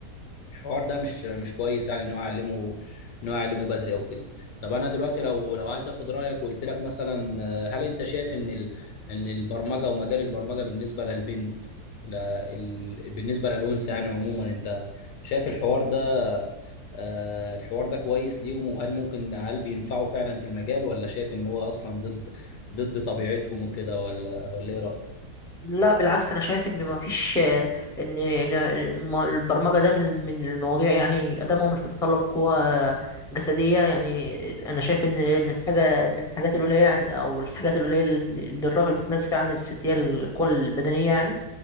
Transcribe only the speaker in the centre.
لا بالعكس انا شايف ان ما فيش ان ان الم- البرمجه ده من من المواضيع يعني ادامها مش بتتطلب قوه جسديه يعني انا شايف ان ان الحاجه من الحاجات القليله عن- او الحاجات القليله اللي الراجل بيتميز فيها عن الست هي القوه البدنيه يعني